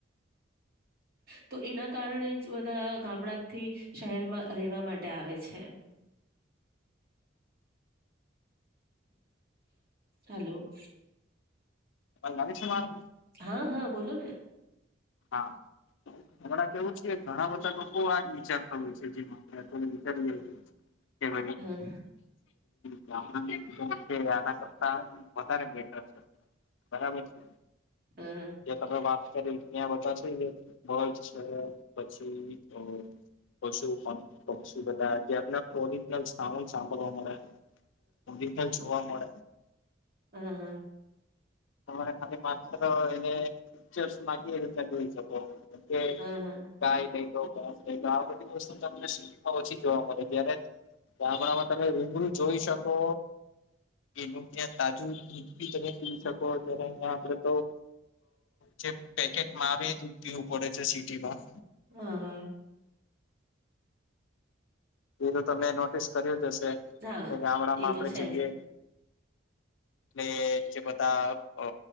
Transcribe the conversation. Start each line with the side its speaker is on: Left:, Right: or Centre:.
Right: તો એના કારણે જ બધા ગામડાથી શહેરમાં રહેેવા માટે આવે છે. <unintelligible> હલો.
Left: અવાજ આવે છે મારો.
Right: હા, હા, બોલો ને.
Left: હા. હમણાં કેવું છે, ઘણા બધા લોકો આજ વિચારતા હોય છે, જેમાં વિચારી કેમ?
Right: હા
Left: ગામડું આના કરતા વધારે બેટર છે, બરાબર છે.
Right: હા
Left: જે તમે વાત કરી. ત્યાં બધા છે, બગ છે, પછી તો શું ફન, શું? બ આપને ઓરિજનલ સાઉન્ડ સાંભળવા મળે. ઉી પણ જોવા મળે.
Right: હ હા.
Left: રે ખાલી એને પિકચર્સ માં એરી જોઈ શકો. એ
Right: હા
Left: કાય નહીં તો. આપ આ બધી વસ્તુ તમને શહેરમાં ઓછી જોવા મળે ત્યારે. ગામડામાં તમે રૂબરૂ જોઈ શકો. એનું ત્યાં તાજું દૂધ બી તમે પી શકો ત્યારે, અં આપડે તો જે પેકેટમાં આવે, એ દૂધ પીવું પડે છે સિટી માં.
Right: હા હા
Left: એ તો તમે નોટિસ કર્યું જ હશે
Right: હા
Left: કે, ગામડામાં
Right: એ
Left: આપણે
Right: તો છે
Left: જઈએ.
Right: <unintelligible>
Left: એટલે જે બધા અ